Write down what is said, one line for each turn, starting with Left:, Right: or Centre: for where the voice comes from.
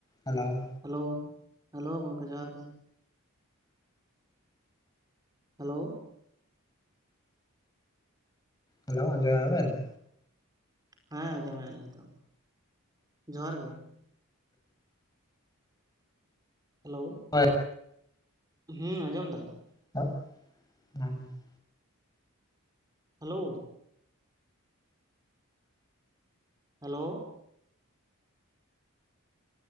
Left: Hello.
Right: Hello hello ᱜᱚᱝᱠᱮ ᱡᱚᱦᱟᱨ ᱜᱮ ᱾ ᱦᱮᱞᱳ ᱾
Left: ᱦᱮᱞᱳ ᱟᱡᱚᱢᱮᱜᱼᱟ ᱵᱮᱱ?
Right: ᱦᱮᱸ ᱟᱸᱡᱚᱢᱮᱜ-ᱟ ᱞᱤᱧ ᱛᱚ ᱡᱚᱦᱟᱨ ᱜᱮ ᱾ ᱦᱮᱞᱳ
Left: ᱦᱳᱭ
Right: ᱦᱮᱸ ᱟᱸᱡᱚᱢ ᱫᱟᱞᱤᱧ ᱾
Left: <unintelligible>
Right: Hello. Hello.